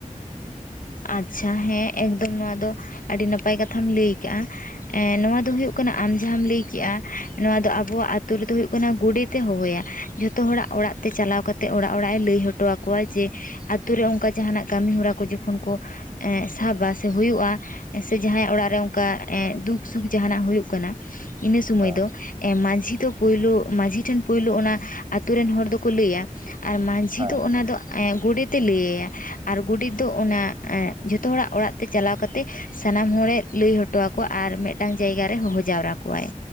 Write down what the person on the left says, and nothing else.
ᱟᱪᱪᱷᱟ ᱦᱮᱸ ᱮᱠᱫᱚᱢ ᱱᱚᱣᱟ ᱫᱚ ᱟᱹᱰᱤ ᱱᱟᱯᱟᱭ ᱠᱟᱛᱷᱟᱢ ᱞᱟᱹᱭ ᱠᱟᱜᱼᱟ᱾ ᱮ ᱱᱚᱣᱟ ᱫᱚ ᱦᱩᱭᱩᱜ ᱠᱟᱱᱟ ᱟᱢ ᱡᱟᱦᱟᱸᱢ ᱞᱟᱹᱭ ᱠᱮᱜᱼᱟ᱾ ᱱᱚᱣᱟ ᱫᱚ ᱟᱵᱚᱣᱟᱜ ᱟᱛᱳ ᱨᱮᱫᱚ ᱦᱩᱭᱩᱜ ᱠᱟᱱᱟ ᱜᱳᱰᱮᱛ ᱮ ᱦᱚᱦᱚᱭᱟ, ᱡᱷᱚᱛᱚ ᱦᱚᱲᱟᱜ ᱚᱲᱟᱜ ᱛᱮ ᱪᱟᱞᱟᱣ ᱠᱟᱛᱮ ᱚᱲᱟᱜ ᱚᱲᱟᱜ ᱮ ᱞᱟᱹᱭ ᱦᱚᱴᱚ ᱟᱠᱚᱣᱟ ᱡᱮ ᱟᱹᱛᱩ ᱨᱮ ᱚᱱᱠᱟ ᱡᱟᱦᱟᱸᱱᱟᱜ ᱠᱟᱹᱢᱤ ᱦᱚᱨᱟ ᱠᱚ ᱡᱚᱠᱷᱚᱱ ᱠᱚ ᱮᱸ ᱥᱟᱵᱟ ᱥᱮ ᱦᱩᱭᱩᱜᱼᱟ ᱥᱮ ᱡᱟᱦᱟᱸᱭᱟᱜ ᱚᱲᱟᱜ ᱨᱮ ᱚᱱᱠᱟ ᱮᱸ ᱫᱩᱠ ᱥᱩᱠ ᱡᱟᱦᱟᱸᱱᱟᱜ ᱦᱩᱭᱩᱜ ᱠᱟᱱᱟ᱾ ᱤᱱᱟᱹ ᱥᱩᱢᱚᱭ
ᱫᱚ᱾ ᱮ ᱢᱟᱹᱡᱷᱤ ᱫᱚ ᱯᱳᱭᱞᱳ ᱢᱟᱹᱡᱷᱤ ᱴᱷᱮᱱ ᱯᱳᱭᱞᱳ ᱚᱱᱟ ᱟᱛᱳ ᱨᱮᱱ ᱦᱚᱲ ᱫᱚᱠᱚ ᱞᱟᱹᱭᱟ᱾ ᱟᱨ ᱢᱟᱹᱡᱷᱤ
ᱫᱚ ᱚᱱᱟ ᱫᱚ ᱮᱸ ᱜᱚᱰᱮᱛ ᱮ ᱞᱟᱹᱭ ᱟᱭᱟ, ᱟᱨ ᱜᱚᱰᱮᱛ ᱫᱚ ᱚᱱᱟ
ᱡᱷᱚᱛᱚ ᱦᱚᱲᱟᱜ ᱚᱲᱟᱜ ᱛᱮ ᱪᱟᱞᱟᱣ ᱠᱟᱛᱮ ᱥᱟᱱᱟᱢ ᱦᱚᱲ ᱮ ᱞᱟᱹᱭ ᱦᱚᱴᱚ ᱟᱠᱚᱣᱟ ᱟᱨ ᱢᱮᱜᱴᱟᱝ ᱡᱟᱭᱜᱟ ᱨᱮ ᱦᱚᱦᱚ ᱡᱟᱣᱨᱟ ᱠᱚᱣᱟᱭ᱾